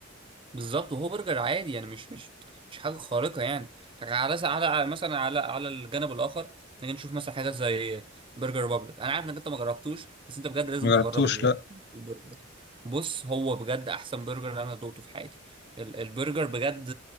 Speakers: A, on the right; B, on the left.
A: بالظبط وهو برجر عادي يعني مش مش مش حاجه خارقه يعني لكن على س- على على- مثلا على على الجانب الاخر نيجي نشوف مثلا حاجات زي برجر ريبابليك انا عارف انك انت ما جربتوش بس انت بجد لازم
B: ما جربتوش
A: تجرب ال-
B: لا
A: البرجر ده بص هو بجد احسن برجر انا دوقته في حياتي ال- البرجر بجد